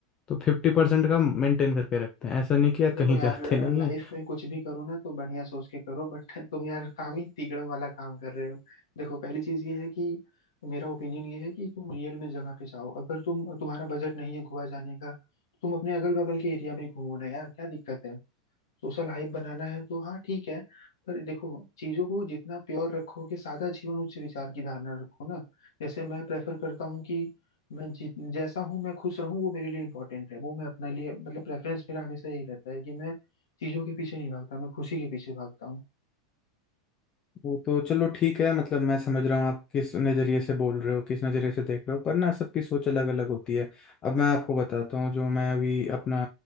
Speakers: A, on the left (about 30°); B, on the left (about 65°).
A: तो फिफ्टी परसेंट का मेंटेन करके रखते हैं ऐसा नहीं कि यार
B: देखो
A: कहीं
B: यार
A: <laughs> जाते नहीं
B: लाइफ
A: है
B: में कुछ भी करो ना तो बढ़िया सोच के करो बट <laughs> तुम यार काम ही तिकड़म वाला काम कर रहे हो देखो पहली चीज ये है कि मेरा ओपिनियन ये है कि तुम रियल में जगह पे जाओ अगर तुम तुम्हारा बजट नहीं है गोवा जाने का तो तुम अपने अगल बगल के एरिया में ही घूमो ना यार क्या दिक्कत है सोशल हाइप बनाना है तो हाँ ठीक है पर देखो चीजों को जितना प्योर रखोगे सादा जीवन उच्च विचार की धारणा रखो ना जैसे मैं प्रेफर करता हूँ कि मैं जि, जैसा हूँ मैं खुश रहूँ वो मेरे लिए इम्पोर्टेंट है वो मैं अपने लिए मतलब प्रेफरेंस मेरा हमेशा यही रहता है कि मैं चीजों के पीछे नहीं भागता मैं खुशी के पीछे भागता हूँ
A: वो तो चलो ठीक है मतलब मैं समझ रहा हूँ आप किस नज़रिए से बोल रहे हो किस नज़रिए से देख रहे हो पर ना सबकी सोच अलग अलग होती है अब मैं आपको बताता हूँ जो मैं अभी अपना